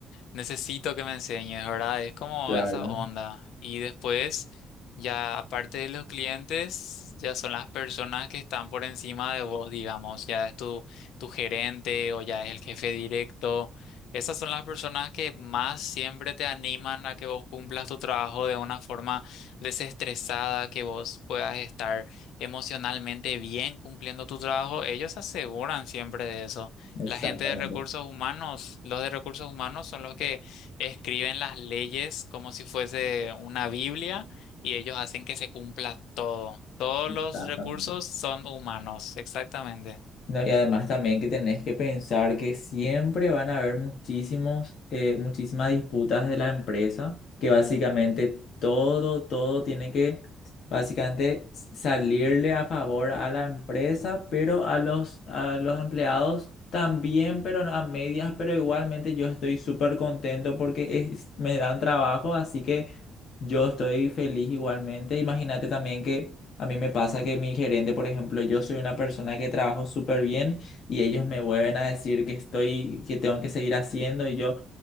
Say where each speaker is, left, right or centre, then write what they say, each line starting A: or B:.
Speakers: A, on the left; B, on the left.
A: necesito que me enseñes, ¿verdad? Es como
B: Claro,
A: esa onda. Y después, ya aparte de los clientes, ya son las personas que están por encima de vos, digamos, ya es tu, tu gerente o ya es el jefe directo. Esas son las personas que más siempre te animan a que vos cumplas tu trabajo de una forma desestresada, que vos puedas estar emocionalmente bien cumpliendo tu trabajo. Ellos se aseguran siempre de eso.
B: exactamente,
A: La gente de recursos humanos, los de recursos humanos son los que escriben las leyes como si fuese una Biblia y ellos hacen que se cumpla todo. Todos
B: exactamente.
A: los recursos son humanos, exactamente.
B: No, y además también que tenés que pensar que siempre van a haber muchísimos, eh, muchísimas disputas de la empresa, que básicamente todo, todo tiene que básicamente s- salirle a favor a la empresa, pero a los, a los empleados también, pero a medias, pero igualmente yo estoy súper contento porque es- me dan trabajo, así que... Yo estoy feliz igualmente. Imagínate también que a mí me pasa que mi gerente, por ejemplo, yo soy una persona que trabajo súper bien y ellos me vuelven a decir que estoy, que tengo que seguir haciendo y yo